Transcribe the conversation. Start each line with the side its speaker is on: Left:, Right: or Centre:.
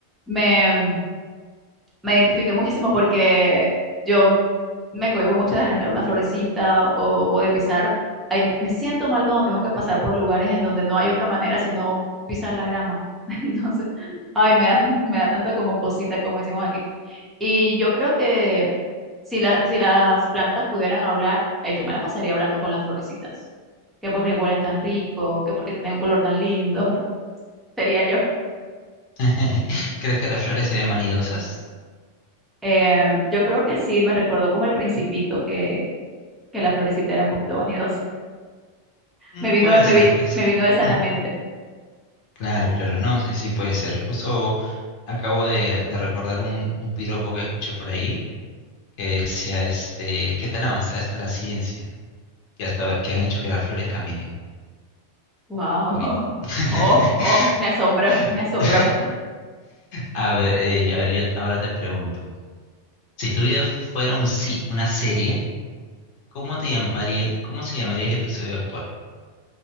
Centre: me, me identifiqué muchísimo porque yo me cohíbo mucho de arrancar una florecita o, o de pisar. Ay, me siento mal cuando tengo que pasar por lugares en donde no hay otra manera sino pisar la grama. <laughs> Entonces, ay, me da, tan- me da tanto como cosita, como decimos aquí. Y yo creo que si, la- si las plantas pudieran hablar, eh, yo me la pasaría hablando con las florecitas. Que porque huelen tan rico, que porque tienen un color tan lindo, <laughs> sería yo.
Left: <laughs> ¿Crees que las flores serían vanidosas?
Centre: Eh, yo creo que sí, me recordó como el Principito que, que la florecita era un poquito vanidosa.
Left: Mm,
Centre: Me vino,
Left: puede
Centre: me
Left: ser,
Centre: vi-
Left: puede ser.
Centre: me vino esa
Left: Mm,
Centre: a la mente.
Left: Claro, claro, no, sí, sí, puede ser. Justo acabo de, de recordar un, un piropo que escuché por ahí que decía, este, qué tan avanzada está la ciencia, que hasta que han hecho que las flores caminen.
Centre: Wow.
Left: Bueno.
Centre: <laughs>
Left: <laughs>
Centre: Oh, oh, me asombró, me asombró.
Left: A ver, eh, a ver, yo ahora te pregunto, si tu vida fuera un sí, una serie, ¿cómo te llamaría el, cómo se llamaría el episodio actual?